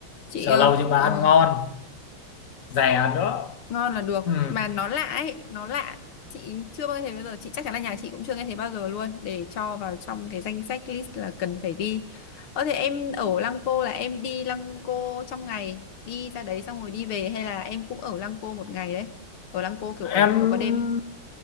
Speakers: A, on the left; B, on the left.
A: chị
B: chờ
A: ờ,
B: lâu nhưng mà
A: ờ,
B: ăn ngon rẻ nữa
A: ngon là được
B: ừ.
A: mà nó lạ ấy nó lạ chị chưa bao giờ nghe thấy bao giờ chị chắc chắn là nhà chị cũng chưa nghe thấy bao giờ luôn để cho vào trong cái danh sách list là cần phải đi ờ thế em ở Lăng Cô là em đi Lăng Cô trong ngày đi ra đấy xong rồi đi về hay là em cũng ở Lăng Cô một ngày đấy ở Lăng Cô kiểu ở,
B: em
A: ở qua đêm